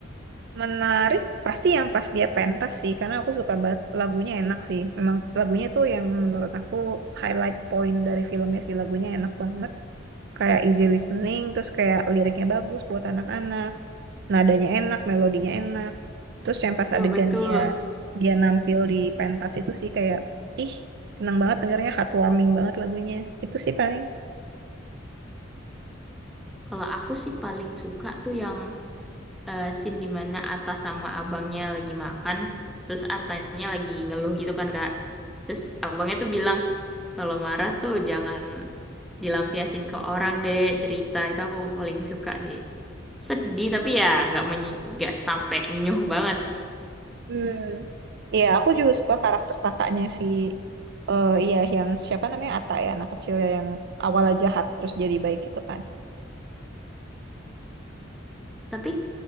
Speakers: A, on the right; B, in the centre.
A: Menarik, pasti yang pas dia pentas sih, karena aku suka banget lagunya enak sih. Memang lagunya tuh yang menurut aku highlight point dari filmnya sih, lagunya enak banget. Kayak easy listening, terus kayak liriknya bagus buat anak-anak, nadanya enak, melodinya enak. Terus yang pas
B: Ya
A: adegan
B: betul.
A: dia dia nampil di pentas itu sih kayak, ih seneng banget dengarnya heartwarming banget lagunya. Itu sih paling.
B: Kalau aku sih paling suka tuh yang eh, scene dimana Atta sama abangnya lagi makan, terus Atanya lagi ngeluh gitu kan kak. Terus abangnya tuh bilang kalau marah tuh jangan dilampiasin ke orang deh cerita itu aku paling suka sih. Sedih tapi ya nggak menyi- nggak sampai nyuh banget.
A: Hmm. Iya, aku juga suka karakter kakaknya si eh iya yang siapa namanya Ata ya anak kecil ya yang awalnya jahat terus jadi baik gitu kan.
B: Tapi